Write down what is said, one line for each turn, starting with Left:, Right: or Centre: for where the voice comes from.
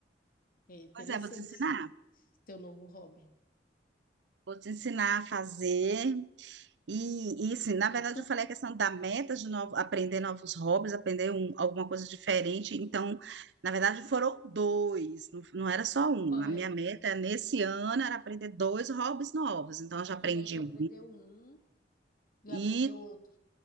Left: É interessante
Right: Pois é, vou te ensinar.
Left: esse teu novo hobby.
Right: Vou te ensinar a fazer. E, e assim, na verdade,
Left: Tu,
Right: eu falei a questão da meta de novo, aprender novos hobbies, aprender um- alguma coisa diferente. Então, na verdade, foram dois, não, não era só um.
Left: qual
Right: A minha
Left: é?
Right: meta nesse ano era aprender dois hobbies novos. Então, eu já aprendi
Left: E aí tu aprendeu
Right: um
Left: um, já
Right: e
Left: aprendeu outro.